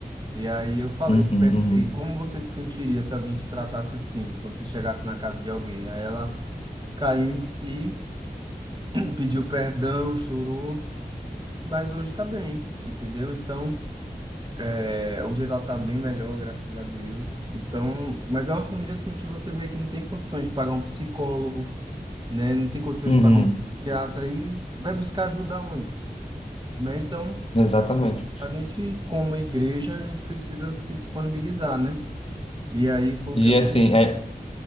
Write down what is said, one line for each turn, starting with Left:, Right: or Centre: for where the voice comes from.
Right: E aí eu falei,
Left: uhum,
Right: perguntei,
Left: uhum,
Right: como você se sentiria se alguém te tratasse assim, quando você chegasse na casa de alguém? Aí ela caiu em si, <clears throat> pediu perdão, chorou, mas hoje tá bem, entendeu? Então, é, hoje ela tá bem melhor, graças a Deus. Então, mas é uma família assim que você vê que não tem condições de pagar um psicólogo, né? Não tem condições
Left: uhum.
Right: de pagar um psiquiatra e vai buscar ajuda onde? Né? Então,
Left: Exatamente.
Right: a gente, como igreja, a gente precisa se disponibilizar, né? E aí foi o
Left: E
Right: que aconteceu.
Left: assim, é-